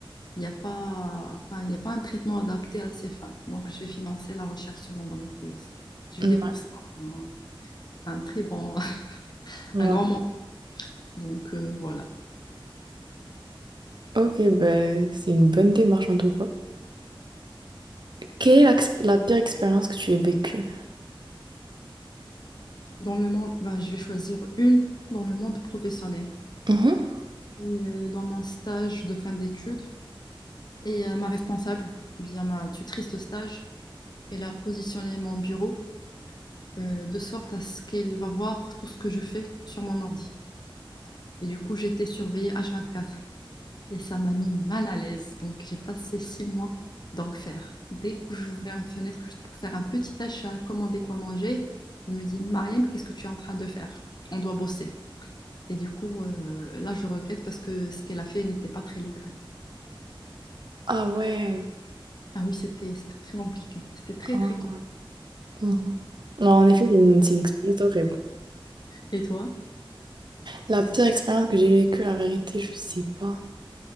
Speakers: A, on the left; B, on the right.
A: il n'y a pas, enfin, il n'y a pas un traitement adapté à ces femmes. Donc, je vais financer la recherche sur l'endométriose. Je vais
B: Mm,
A: débourser un, un très bon, <laughs>
B: mm,
A: un grand
B: ouais.
A: montant. Donc, euh, voilà.
B: Ok, ben, c'est une bonne démarche en tout cas. Quelle est la, la pire expérience que tu aies vécue?
A: Dans le monde, ben, je vais choisir une dans le monde professionnel.
B: Mhm.
A: Et, euh, dans mon stage de fin d'études, et euh, ma responsable, bien ma tutrice de stage, elle a positionné mon bureau euh, de sorte à ce qu'elle va voir tout ce que je fais sur mon ordi. Et du coup, j'étais surveillée H24 et ça m'a mis mal à l'aise. Donc, j'ai passé six mois d'enfer. Dès que j'ouvrais une fenêtre juste pour faire un petit achat, commander quoi manger, il me dit Mariam, qu'est-ce que tu es en train de faire On doit bosser. Et du coup, euh, là, je regrette parce que ce qu'elle a fait n'était pas très légal.
B: Ah ouais.
A: Ah oui, c'était très compliqué. C'était très,
B: Ah
A: très compliqué.
B: ouais. Mhm. Non, en effet, c'est une, c'est une expérience horrible.
A: Et toi,
B: La pire expérience que j'ai vécue, la vérité, je sais pas.